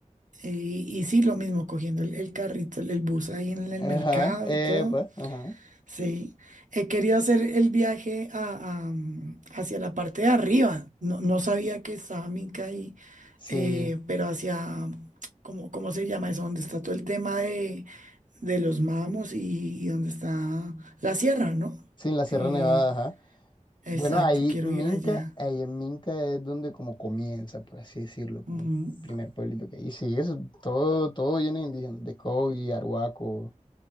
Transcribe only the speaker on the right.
eh, y, y sí, lo mismo, cogiendo el, el carrito, el, el bus ahí en el
mercado y todo.
Sí, he querido hacer el viaje a- a, mm, hacia la parte de arriba. No, no sabía que estaba Minca ahí,
eh, pero hacia, ¿cómo, cómo se llama eso? Donde está todo el tema de, de los mamos y, y donde está la sierra, ¿no?
Eh,
exacto,
quiero
ir allá.
Ujú.